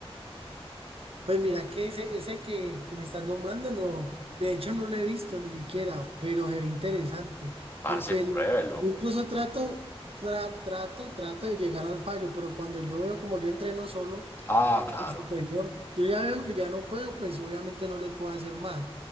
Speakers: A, on the right; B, on the left.
A: Pues mira que ese, ese que, que me estás nombrando, no, de hecho no lo he visto ni siquiera, pero se ve interesante,
B: Parce,
A: porque lo-
B: pruébelo.
A: yo incluso trato, tra- trato, trato de llegar al fallo, pero cuando yo veo como yo entreno solo
B: Ah, claro.
A: en superior, yo ya veo que ya no puedo, pues obviamente no le puedo hacer más,